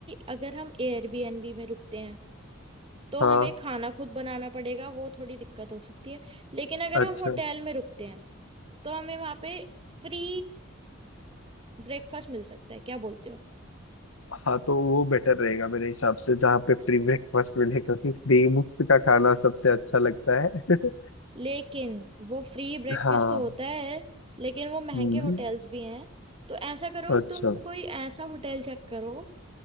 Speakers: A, on the right; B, on the left.
A: अगर हम एयरबीएनबी में रुकते हैं तो
B: हाँ
A: हमें खाना खुद बनाना पड़ेगा वो थोड़ी दिक्कत हो सकती है लेकिन अगर
B: अच्छा
A: हम होटल में रुकते हैं तो हमें वहाँ पे फ्री ब्रेकफास्ट मिल सकता है क्या बोलते हो
B: हाँ तो वो बेटर रहेगा मेरे हिसाब से जहाँ पे फ्री ब्रेकफास्ट मिले क्योंकि फ्री मुफ्त का खाना सबसे अच्छा लगता है <laughs>
A: लेकिन वो फ्री ब्रेकफास्ट
B: हाँ
A: तो होता है लेकिन वो महंगे
B: हम्म
A: होटल्स भी हैं तो ऐसा करो
B: अच्छा
A: तुम कोई ऐसा होटल चेक करो